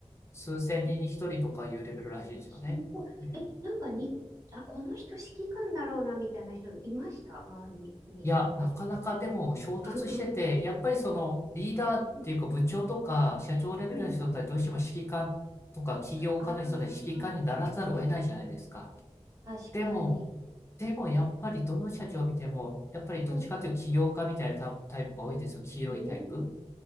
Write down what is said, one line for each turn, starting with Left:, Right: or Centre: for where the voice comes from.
Left: 数千人に一人とかいうレベルらしいですよね。
Right: えー、すごい。
Left: えー
Right: え、なんかに、あ、この人指揮官だろうな、みたいな人いました周りに、
Left: いや、
Right: 今まで。
Left: なかなかでも衝突してて、
Right: <laughs>
Left: やっぱりそのリーダーっていうか部長とか社長レベルの人たちどうしても指揮官とか起業家の人たち指揮官にならざるを得ないじゃないですか。
Right: うん、うん。ああ、確かに。
Left: でも、でもやっぱりどの社長を見ても、やっぱりどっちかというと起業家みたいなタタイプが多いですよ。
Right: うん
Left: 黄色いタイプ。
Right: えー、